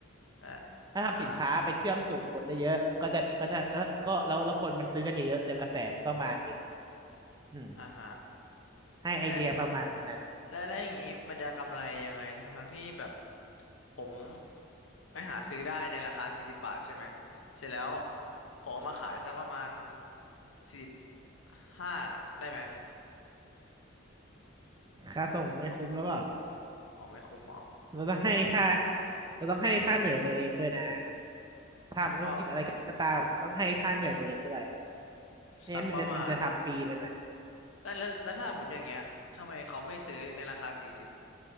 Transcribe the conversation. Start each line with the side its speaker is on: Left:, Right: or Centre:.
Left: อ่ะ
Right: ถ้าทำสินค้าไปเชื่อมสู่คนได้เยอะก็จะก็จะจะก็แล้วแล้วคนมันซื้อกันเยอะๆเดี๋ยวกระแสมันก็มาเอง
Left: อ่า
Right: อืม
Left: อ่าฮะ
Right: ให้ไอเดียประมาณนั้น
Left: และและและอย่างนี้มันจะกำไรยังไงทั้งทั้งที่แบบผมไปหาซื้อได้ในราคาสี่สิบบาทใช่ไหมเสร็จแล้วผมเอามาขายสักประมาณสี่สิบห้าได้ไหม
Right: ค่าส่งไม่คุ้มแล้วเปล่า
Left: อ๋อไม่คุ้มเหรอ
Right: เราต้องให้ค่าเราต้องให้ค่าเหนื่อยตัวเองด้วยนะ ทำธุรกิจอะไรก็ตามต้องให้ค่าเหนื่อยตัวเองด้วย
Left: ก็
Right: ไม่งั้นมันจะมันจะทำฟรีไปหน่อย
Left: สักประมาณ เออแล้วแล้วถ้าหมดอย่างเงี้ยทำไมเขาไม่ซื้อในราคาสี่สิบ